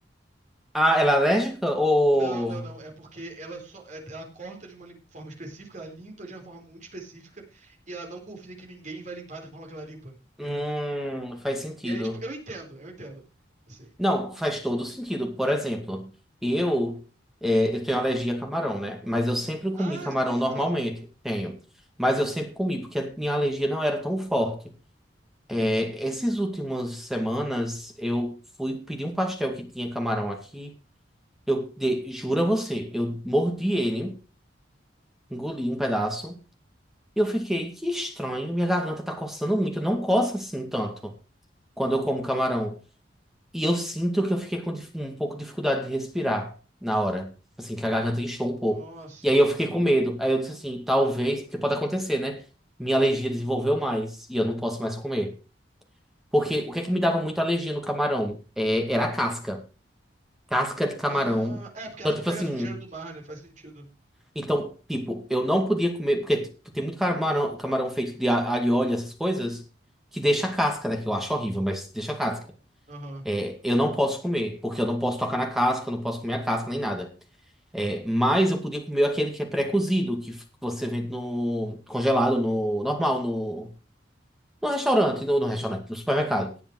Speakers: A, in the centre; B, on the right.
A: Ah, ela é alérgica ou.
B: Não, não, não. É porque ela só, é- ela corta de uma lim- forma específica, ela limpa de uma forma muito específica e ela não confia que ninguém vai limpar da forma que ela limpa, entendeu?
A: Hum, faz sentido.
B: E aí, tipo, eu entendo, eu entendo. Assim.
A: Não, faz todo sentido. Por exemplo, eu, é, eu tenho alergia a camarão, né? Mas eu sempre
B: Ah,
A: comi camarão
B: você tem alergia
A: normalmente.
B: a camarão?
A: Tenho. Mas
B: Nossa,
A: eu sempre comi, porque a minha alergia não era tão forte. É, essas últimas semanas, eu fui pedir um pastel que tinha camarão aqui. Eu de, juro a você, eu mordi ele, engoli um pedaço. E eu fiquei, que estranho, minha garganta tá coçando muito, não coça assim tanto quando eu como camarão. E eu sinto que eu fiquei com dif- um pouco de dificuldade de respirar na hora, assim, que a garganta inchou um pouco.
B: nossa.
A: E aí eu fiquei com medo. Aí eu disse assim, talvez, porque pode acontecer, né? Minha alergia desenvolveu mais e eu não posso mais comer. Porque o que é que me dava muita alergia no camarão? É, era a casca. Casca de camarão.
B: Ah, é porque
A: Então,
B: é ela
A: tipo
B: que pega
A: assim.
B: a sujeira do mar, né? Faz sentido.
A: Então, tipo, eu não podia comer, porque tipo, tem muito camarão, camarão feito de a- alho e óleo, essas coisas, que deixa a casca, né? Que eu acho horrível, mas deixa a casca.
B: Aham,
A: É, eu não posso comer, porque eu não posso tocar na casca, eu não posso comer a casca nem nada. É, mas eu podia comer aquele que é pré-cozido, que f- que você vende no congelado, no normal, no, no restaurante, no, no restaurante, no supermercado.